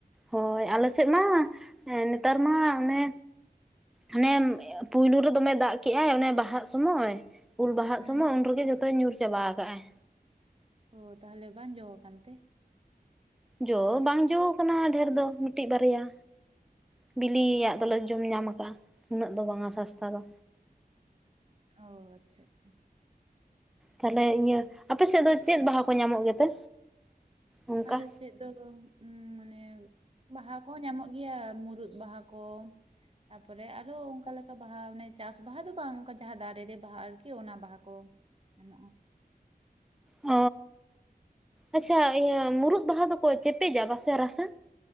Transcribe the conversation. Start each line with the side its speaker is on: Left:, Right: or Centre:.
Centre: ᱦᱳᱭ ᱟᱞᱮ ᱥᱮᱫ ᱢᱟ ᱱᱮᱛᱟᱨ ᱢᱟ ᱚᱱᱮ ᱟᱱᱮ ᱯᱳᱭᱞᱳ ᱨᱮ ᱫᱚᱢᱮ ᱫᱟᱜ ᱠᱮᱜᱟᱭ ᱚᱱᱮ ᱵᱟᱦᱟᱜ ᱥᱚᱢᱚᱭ ᱩᱞ ᱵᱟᱦᱟᱜ
Right: ᱦᱩᱸ
Centre: ᱥᱚᱢᱚᱭ
Right: ᱦᱩᱸ
Centre: ᱩᱱᱨᱮᱜᱮ ᱡᱚᱛᱚᱭ ᱧᱩᱨ ᱪᱟᱵᱟ ᱟᱠᱟᱟᱜ ᱟᱭ
Right: ᱚ ᱛᱟᱦᱞᱮ ᱵᱟᱝ ᱡᱚ ᱠᱟᱱᱟᱱᱛᱮ
Centre: ᱡᱚ ᱵᱟᱝ ᱡᱚ ᱠᱟᱱᱟ ᱰᱷᱮᱨ ᱫᱚ ᱢᱤᱫᱴᱤᱡ ᱵᱟᱨᱭᱟ ᱵᱤᱞᱤᱭᱟᱜ ᱫᱚᱞᱮ ᱡᱚᱢ ᱧᱟᱢ ᱠᱟᱜᱼᱟ ᱩᱱᱟᱹᱜ ᱫᱚ ᱵᱟᱝᱼᱟ ᱥᱟᱥᱛᱟ ᱫᱚ
Right: ᱚ ᱟᱪᱪᱷᱟ ᱟᱪᱪᱷᱟ
Centre: ᱛᱟᱦᱞᱮ ᱤᱭᱟᱹ ᱟᱯᱮ ᱥᱮᱫ ᱫᱚ ᱪᱮᱫ ᱵᱟᱦᱟ ᱠᱚ ᱧᱟᱢᱚᱜ ᱜᱮᱛᱮ ᱚᱱᱠᱟ
Right: ᱟᱞ ᱥᱮᱫ ᱫᱚ ᱢᱟᱱᱮ ᱵᱟᱦᱟ ᱠᱚᱦᱚᱸ ᱧᱟᱢᱚᱜᱼᱟ ᱜᱮᱭᱟ ᱢᱩᱨᱩᱫ ᱵᱟᱦᱟ ᱠᱚ ᱛᱟᱨᱯᱚᱨᱮ ᱟᱨᱚ ᱚᱱᱠᱟ ᱞᱮᱠᱟ ᱵᱟᱦᱟᱮ ᱪᱟᱥ ᱵᱟᱦᱟ ᱫᱚ ᱵᱟᱝ ᱚᱱᱠᱟ ᱡᱟᱦᱟᱸ ᱫᱟᱨᱮ ᱨᱮ ᱵᱟᱦᱟ ᱟᱨᱠᱤ ᱚᱱᱟ ᱵᱟᱦᱟ ᱠᱚ ᱜᱟᱱᱚᱜᱼᱟ
Centre: ᱦ ᱟᱪᱪᱷᱟ ᱤᱭᱟᱹ ᱢᱩᱨᱩᱫ ᱵᱟᱦᱟ ᱫᱚᱠᱚ ᱪᱮᱯᱮᱡᱟ ᱵᱟᱥᱮ ᱨᱟᱥᱟᱝ